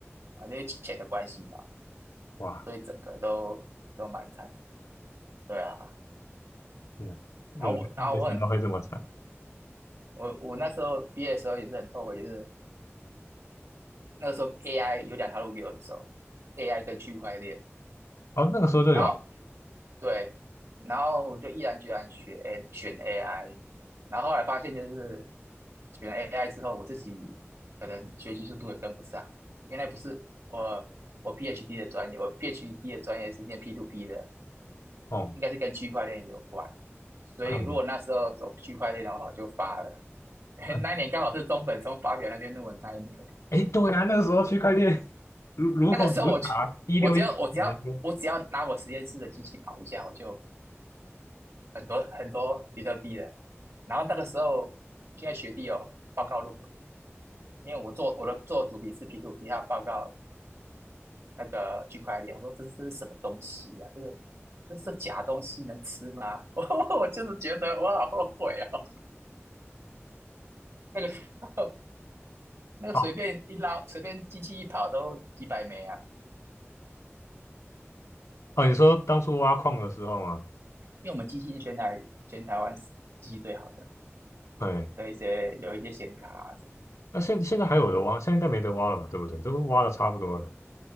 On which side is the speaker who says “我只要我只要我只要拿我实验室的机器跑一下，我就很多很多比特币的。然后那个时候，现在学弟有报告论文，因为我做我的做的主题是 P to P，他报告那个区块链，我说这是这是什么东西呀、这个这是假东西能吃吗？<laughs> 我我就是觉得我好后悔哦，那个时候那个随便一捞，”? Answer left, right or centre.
Right